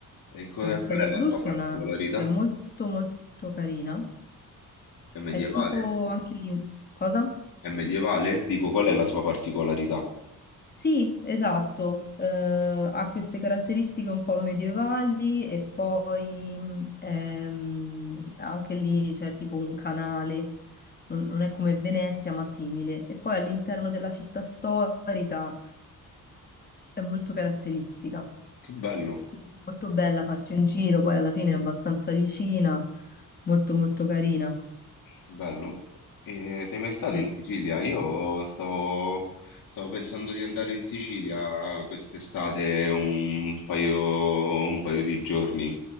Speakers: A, on the left; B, on the left.
A: E qual
B: Siamo
A: è
B: stati
A: qual
B: a
A: è
B: Bruges,
A: la sua particolarità?
B: che è una, che è molto, molto carina.
A: È medievale?
B: È tipo anche lì... Cosa?
A: È medievale? Dico, qual è la sua particolarità?
B: Sì, esatto, eh, ha queste caratteristiche un po' medievali e poi mh, ehm, anche lì c'è tipo un canale, non, non è come Venezia ma simile. E poi all'interno della città storica è molto caratteristica,
A: Che bello,
B: quindi molto bella farci un giro, poi alla fine è abbastanza vicina, molto molto carina.
A: bello. E sei mai stato
B: Sì.
A: in Sicilia? Io stavo, stavo pensando di andare in Sicilia quest'estate un paio, un paio di giorni.